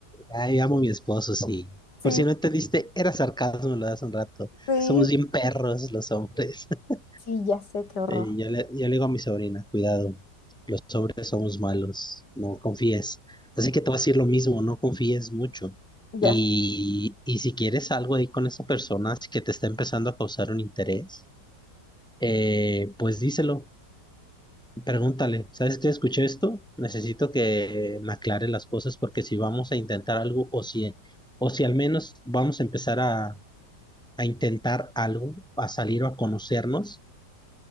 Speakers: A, in the centre; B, on the left (about 65°).
A: Ay, amo a mi esposo, sí.
B: Sí,
A: Por si no entendiste, era sarcasmo lo de hace un rato.
B: sí,
A: Somos bien perros los hombres. <laughs>
B: sí, ya sé, qué horror,
A: Y yo le, yo le digo a mi sobrina, cuidado, los hombres somos malos, no confíes. Así que te voy a decir lo mismo, no confíes mucho.
B: ya
A: Y,
B: sé.
A: y si quieres algo ahí con esa persona si que te está empezando a causar un interés, eh, pues díselo Pregúntale, ¿sabes qué? Escuché esto, necesito que me aclare las cosas porque si vamos a intentar algo o si, o si al menos vamos a empezar a, a intentar algo, a salir o a conocernos,